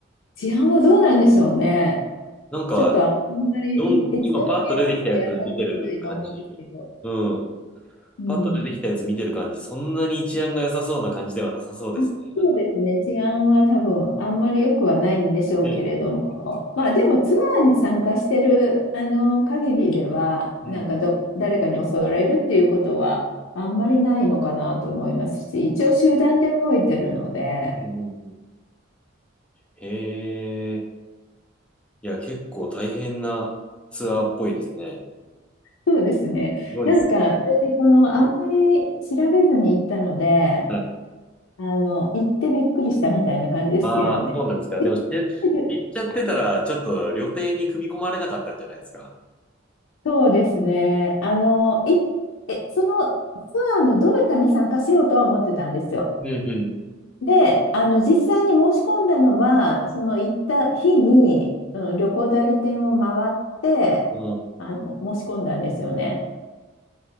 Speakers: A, on the left (about 80°); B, in the centre.
A: 治安はどうなんでしょうね。
B: なんか、
A: ちょっとあんまり、
B: よん今パッと出てきたやつ見てる感じ。
A: エエチオピア自体あんまり良くないと思うんですけど、
B: うん。
A: うん。
B: パッと出てきたやつ見てる感じ、そんなに治安が良さそうな感じではなさそうですね。
A: あ、
B: なんだ。
A: そうですね。治安は多分あんまり良くはないんでしょうけれども、
B: ね。そうですよね。
A: まあでもツアーに参加してるあの限りでは、
B: うん。
A: なんかど、誰かに襲われるっていうことはあんまりないのかなと思いますし、一応集団で動いてるので、
B: うんうんうん。へえ。いや、結構大変なツアーっぽいですね。
A: そうですね。
B: すごいです。
A: なんか私、このあんまり調べずに行ったので、
B: はい
A: あの、行ってびっくりしたみたいな感じですけどね。
B: ああ、そうなんですか。
A: え、
B: でも、し
A: <laughs>
B: 知っちゃってたら、ちょっと料亭に組み込まれなかったんじゃないですか。
A: そうですね。あの、い、え、そのツアーのどれかに参加しようとは思ってたんですよ。
B: うんう
A: で、あの、実際に申し込んだのは、その行った日に、うん、旅行代理店を回って、
B: ん。うん。
A: あの、申し込んだんですよね。